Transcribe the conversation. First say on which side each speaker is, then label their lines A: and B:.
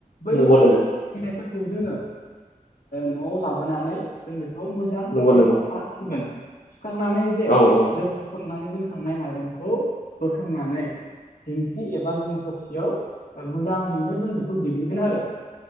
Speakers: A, on the left (about 80°); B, on the left (about 60°).
A: बैफोर
B: नंगौ नंगौ
A: फैनायफोरखौ जोङो न'आव लाबोनानै जों बेखौ मोज मोजां
B: नंगौ
A: से
B: नंगौ
A: सुगोन सुखांनानै जे
B: औ औ
A: सननानै दोनखांनाय माइरंखौ बोखांनानै दिंखि एबा जोङो थफसियाव मोजाङैनो जों बेखौ देग्लिगोन आरो